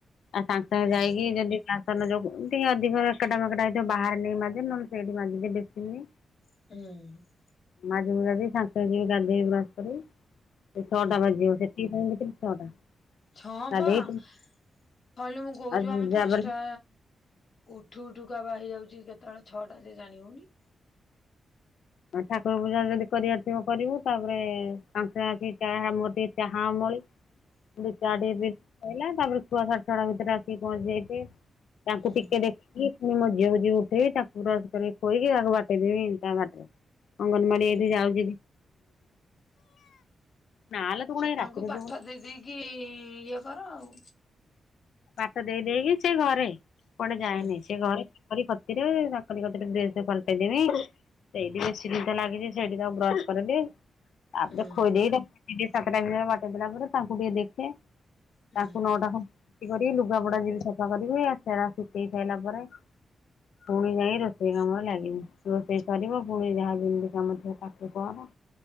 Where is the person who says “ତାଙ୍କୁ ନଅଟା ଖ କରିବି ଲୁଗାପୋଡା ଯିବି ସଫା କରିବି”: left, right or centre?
Left